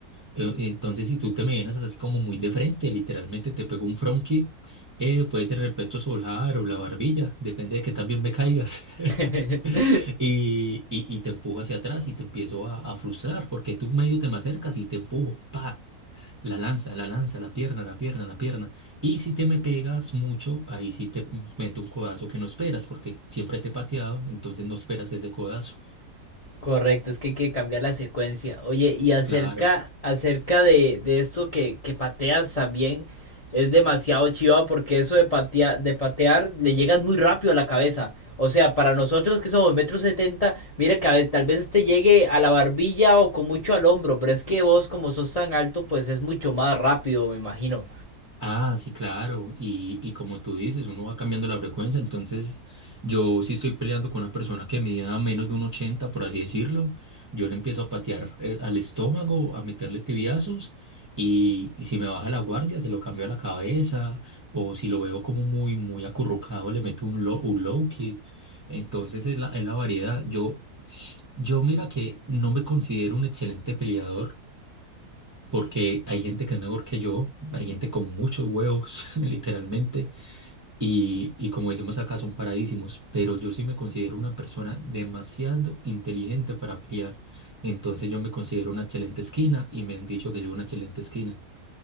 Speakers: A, on the right; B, on the left.
A: Eh, Entonces, si tú te me vienes así como muy de frente, literalmente te pego un front kick, eh, puede ser el pecho solar o la barbilla, depende de que también me caigas. <laughs>
B: <laughs>
A: Y, y, y te empujo hacia atrás y te empiezo a, a frustrar porque tú medio te me acercas y te empujo, pa, la lanza, la lanza, la pierna, la pierna, la pierna. Y si te me pegas mucho, ahí sí te meto un codazo que no esperas porque siempre te he pateado, entonces no esperas ese codazo.
B: Correcto, es que hay que cambiar la secuencia. Oye, y acerca,
A: Claro.
B: acerca de, de esto que, que pateas también, es demasiado chiva porque eso de patear, de patear le llegas muy rápido a la cabeza. O sea, para nosotros que somos metro setenta, mira que a ve- tal vez te llegue a la barbilla o con mucho al hombro, pero es que vos como sos tan alto, pues es mucho más rápido, me imagino.
A: Ah, sí, claro. Y, y como tú dices, uno va cambiando la frecuencia. Entonces, yo si estoy peleando con una persona que mida menos de un 80, por así decirlo, yo le empiezo a patear eh, al estómago, a meterle tibiazos. Y, y si me baja la guardia, se lo cambio a la cabeza. O si lo veo como muy, muy acurrucado, le meto un low, un low kick. Entonces, es la, es la variedad. Yo, yo mira que no me considero un excelente peleador porque hay gente que es mejor que yo, hay gente con muchos huevos, <laughs> literalmente, y, y como decimos acá, son paradísimos, pero yo sí me considero una persona demasiado inteligente para pelear, entonces yo me considero una excelente esquina y me han dicho que soy una excelente esquina.